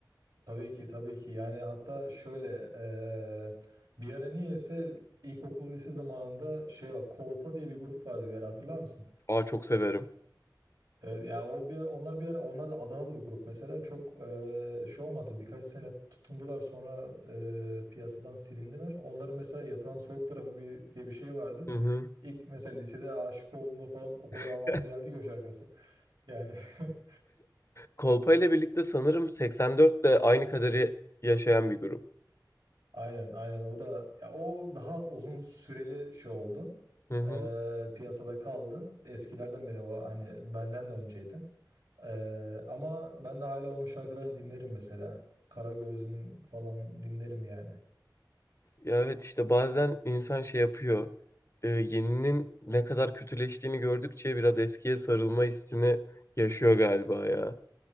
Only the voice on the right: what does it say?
Tabii ki tabii ki. Yani hatta şöyle eee bir ara niyeyse ilkokul lise zamanında şey var. Kolpa diye bir grup vardı bir ara hatırlar mısın?
Evet, yani o bir onlar bir ara onlar da Adanalı bir grup mesela çok eee şey olmadı birkaç sene tutundular sonra eee, piyasadan silindiler. Onların mesela yatağın soğuk tarafı bir, diye bir şey vardı.
İlk mesela lisede aşık olduğumda falan o kadar
anlamlı geldi ki o şarkısı. Yani <laughs>
Aynen aynen o da ya o daha uzun süreli şey oldu.
Ee, piyasada kaldı. Eskilerden beri o hani benden de önceydi. Ee, ama ben de hala onun şarkılarını dinlerim mesela. Karagöz'ün falan dinlerim yani.